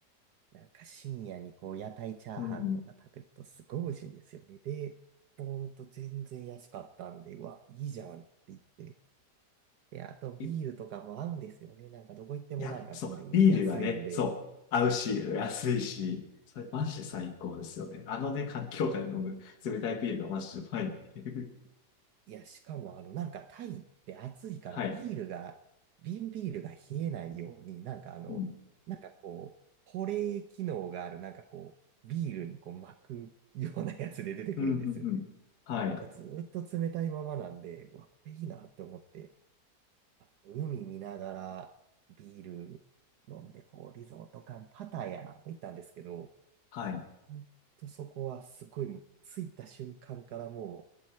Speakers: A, on the right; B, on the left.
A: う。なんか深夜にこう屋台チャーハンとか食べるとすごい美味しいんですよね。
B: うん。
A: で、ほんと全然安かったんで、うわ、いいじゃんって言って。で、あとビールとかも合うんですよね。
B: いい
A: なんかどこ行ってもなんかビール安いんで。
B: や、そう。ビールがね、そう。合うし、安いし。それマジで最高ですよね。あのね、環境下で飲む冷たいビールがマジでうまいっていう。
A: いや、しかもあの、なんかタイって暑いからビールが、
B: <laughs> はい。
A: 瓶ビールが冷えないように、なんかあの、
B: うん。
A: なんかこう、保冷機能がある、なんかこう、ビールにこう巻くようなやつで出てくるんですよね。
B: うん、うん、うん。はい。
A: だずーっと冷たいままなんで、うわ、これいいなって思って、あ海見ながらビール飲んで、こう、リゾート感パタヤ行ったんですけど、
B: はい。
A: ほんとそこはすごいもう、着いた瞬間からも